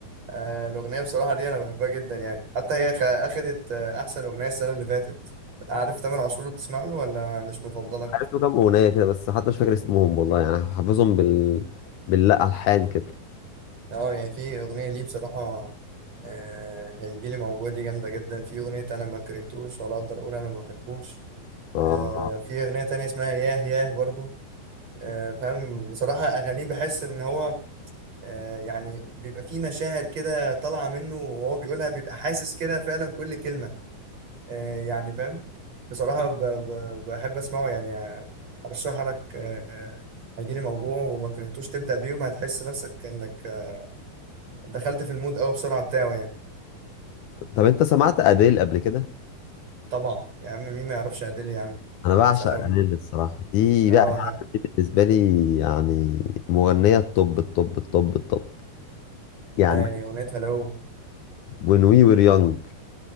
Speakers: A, on the right; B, on the left.
A: آه، الأغنية بصراحة دي أنا بحبها جدا يعني حتى هي خ- أخدت آه، أحسن أغنية السنة اللي فاتت عارف تامر عاشور بتسمع له ولا مش مفضلك؟
B: عارف له كام أغنية كده بس حتى مش فاكر اسمهم والله يعني حافظهم بال باللا ألحان كده
A: أه يعني في أغنية ليه بصراحة آه، هيجيلي موجوع دي جامدة جدا في أغنية أنا ما كرهتوش ولا أقدر أقول أنا ما بحبوش
B: اه
A: آه، في أغنية تانية اسمها ياه ياه برضو آه، فاهم بصراحة أغانيه بحس إن هو آه، يعني بيبقى فيه مشاعر كده طالعة منه وهو بيقولها بيبقى حاسس كده فعلا كل كلمة آه، يعني فاهم بصراحة ب- ب- بحب أسمعه يعني آه، أرشحها لك آه، هيجيلي موجوع وما كرهتوش تبدأ بيهم هتحس نفسك إنك آه، دخلت في المود أوي بسرعة بتاعه يعني
B: طب أنت سمعت أديل قبل كده؟
A: طبعا يا عم مين ما يعرفش عادل يا عم
B: أنا بعشق
A: يا سلام
B: أديل الصراحة دي
A: اه
B: بقى
A: ه-
B: بالنسبة لي يعني مغنية الطب الطب الطب الطب يعني
A: اه يعني أغنية هلو
B: when we were young